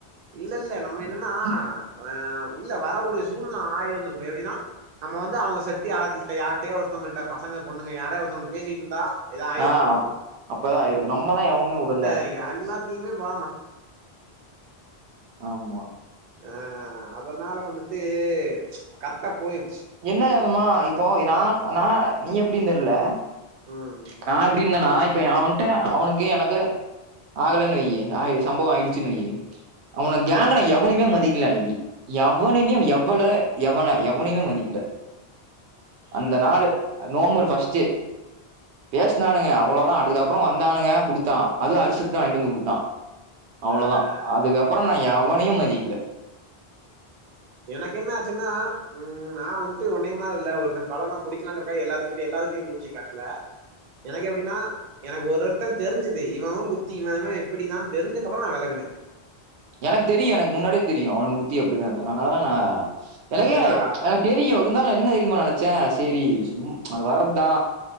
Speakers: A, on the right (about 50°); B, on the right (about 85°).
A: இல்ல இல்ல நம்ம என்னன்
B: ம்
A: ஆ அஹ் இல்ல வரக்கூடிய சூழ்நில ஆயிருதிருக்கும் எப்டின்னா நம்ம வந்து அவங்க சேட் யார்கிட்ட யாருட்டயோ ஒருத்தங்களிட்ட பசங்க பொண்ணுங்க யாரே ஒருத்தவங்களுக்கு பேசிட்டு இருந்தா ஏதா ஆயிருந்திருக்கு
B: ஆ அப் அப்பதா ஆயிருக்கு நம்மதா எவனையு வுடல
A: !!!!!!!!!!
B: ஆமா
A: அஹ் அதனால வந்துட்டு கரெக்டா போயிருச்சு
B: என்னமா இப்போ நான் நா நீ எப்டின்னு தெர்ல
A: ம்
B: நா இப்டி இருந்தனா இப்ப அவனிட்ட அவனுக்கு எனக்கு ஆகலன்னு வையி ஆ சம்பவோ ஆயிடுச்சுன்னு வையீ அவன கேங்க்ன எவனுமே மதிக்கல அன்னைக்கி எவனுமே எவ்வள எவனை எவனையுமே மதிக்கல அந்த
A: ஆ
B: நாள் நொவம்பர் ஃபஸ்ட் பேசினானுங்க அவ்ளவுதா அதுக்கப்புறோ வந்தானுங்க குடுத்தா அது ஹர்ஸத் தா வாங்கிட்டு வந்து குடுத்தா அவ்ளவுதா
A: ஆ ஆ
B: அதுக்கப்புறோ நா எவனையு மதிக்கல
A: எனக்கு என்ன ஆச்சுன்னா ம் நா வந்துட்டு ஒன்னய மாரி இல்ல ஒருத்த பழகன புடிகலங்கறகாக எல்லாத்துக்கிட்டையு எல்லாத்துக்கிட்டையு மூஞ்சிய காட் ட்ல எனக்கு எப்டின்னா எனக்கு ஒரு ஒருத்த தெரிஞ்சுது இவனு புத்தி இவஇவ இப்டிதான் தெரிஞ்சக்க அப்றோ நா வெலகுனே
B: எனக்குத் தெரியு எனக்கு முன்னாடியே தெரியு அவனுக புத்தி அப்டிதானு அதனால தா நா எனக்கே
A: புரிஞ்சதா
B: எனக்கு எனக் தெரியு இருந்தாலு என்ன தெரிமா நெனைச்சே செரி சும் அது வர்றத்தா